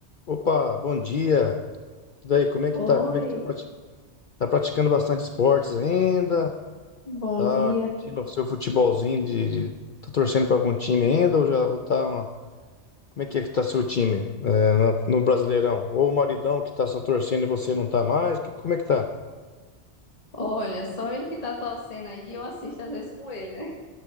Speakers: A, on the left (about 50°); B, on the left (about 35°).
A: Opa, bom dia. E daí, como é que
B: Oi,
A: tá? Como é que tá? prati- Tá praticando bastante esportes ainda?
B: bom
A: Tá
B: dia.
A: curtindo o seu futebolzinho de, de- tá torcendo pra algum time ainda ou já ou tá uma- como é que é que tá seu time é, na- no Brasileirão? Ou o maridão que tá só torcendo e você não tá mais? Que- como é que tá?
B: Olha, só ele que tá torcendo aí, eu assisto às vezes com ele, né?